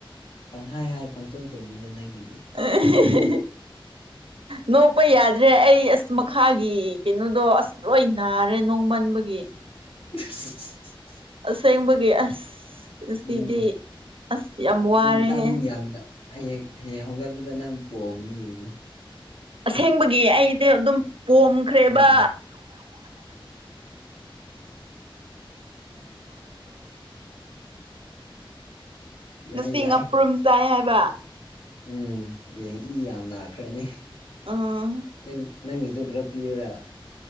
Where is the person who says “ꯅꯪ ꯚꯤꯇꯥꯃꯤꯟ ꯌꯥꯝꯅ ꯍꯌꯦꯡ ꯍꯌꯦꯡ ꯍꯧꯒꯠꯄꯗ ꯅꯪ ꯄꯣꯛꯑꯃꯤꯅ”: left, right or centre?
Left